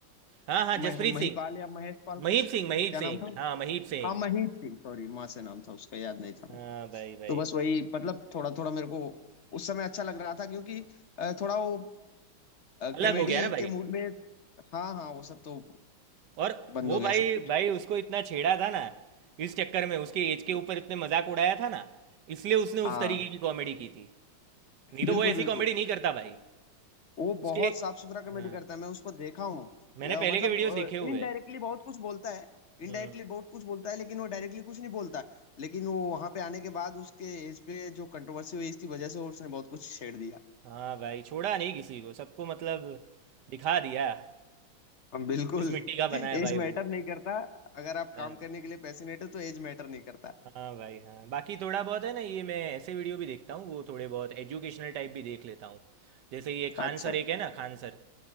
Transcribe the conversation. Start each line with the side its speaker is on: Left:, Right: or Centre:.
Right: हाँ हाँ जसप्रीत
Left: मह, महिपाल
Right: सिंह
Left: या महेश पाल
Right: महीप
Left: कुछ
Right: सिंह महीप
Left: क्या
Right: सिंह
Left: नाम था
Right: हाँ महीप सिंह
Left: हाँ मही थी सॉरी माँ से नाम था उसका याद नहीं था
Right: हाँ
Left: मेरे को।
Right: भाई भाई
Left: तो बस वही मतलब थोड़ा थोड़ा मेरे को उस समय अच्छा लग रहा था क्योंकि अ, थोड़ा वो
Right: अलग
Left: कॉमेडी
Right: हो गया ना भाई
Left: के मूड में हाँ हाँ वो सब तो
Right: और
Left: बंद
Right: वो
Left: हो
Right: भाई
Left: गया सब कुछ
Right: भाई उसको इतना छेड़ा था ना इस चक्कर में उसके एज के ऊपर इतने मजाक उड़ाया था ना इसलिए उसने उस
Left: हाँ
Right: तरीके की कॉमेडी की थी नहीं
Left: बिल्कुल
Right: तो वो ऐसी
Left: बिल्कुल
Right: कॉमेडी नहीं करता भाई
Left: वो
Right: उसके
Left: बहुत साफ सुथरा कॉमेडी
Right: हाँ
Left: करता है मैं उसको देखा हूँ
Right: मैंने
Left: ले-
Right: पहले
Left: मतलब
Right: के वीडियोस देखे हुए
Left: इनडायरेक्टली
Right: हैं
Left: बहुत कुछ बोलता है
Right: हम्म,
Left: इनडायरेक्टली बहुत कुछ बोलता है लेकिन वो डायरेक्टली कुछ नहीं बोलता लेकिन वो वहां पे आने के बाद उसके एज पे जो कंट्रोवर्सी हुई इसकी वजह से उसने बहुत कुछ छेड़ दिया
Right: हाँ भाई छोड़ा नहीं किसी को सबको मतलब दिखा दिया
Left: हम बिल्कुल
Right: इस मिट्टी
Left: <laughs>
Right: का बना है भाई
Left: एज
Right: वो
Left: मैटर नहीं करता अगर आप
Right: हाँ।
Left: काम करने के लिए पैशनेट हो तो एज मैटर नहीं करता
Right: हाँ भाई हाँ बाकी थोड़ा बहुत है ना ये मैं ऐसे वीडियो भी देखता हूँ वो थोड़े बहुत एजुकेशनल टाइप भी देख लेता हूँ जैसे ये खान
Left: अच्छा
Right: सर एक है ना खान सर